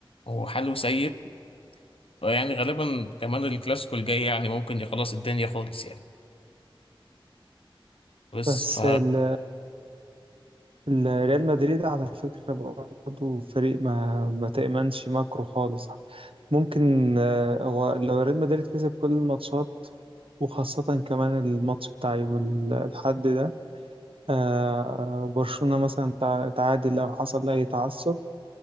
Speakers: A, on the left (about 75°); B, on the right (about 75°).
A: هو حاله سيء يعني غالبا كمان الكلاسيكو الجاي يعني ممكن خلاص الدنيا خالص يعني بس
B: بس
A: ف
B: ال- ال- ريال مدريد على فكرة برضه فريق ما ما تأمنش ماكرو خالص ممكن آه، هو لو ريال مدريد كسب كل الماتشات وخاصة كمان الماتش بتاع يوم ال- الحد ده آه، برشلونة مثلا تع- تعادل أو حصل أي تعثر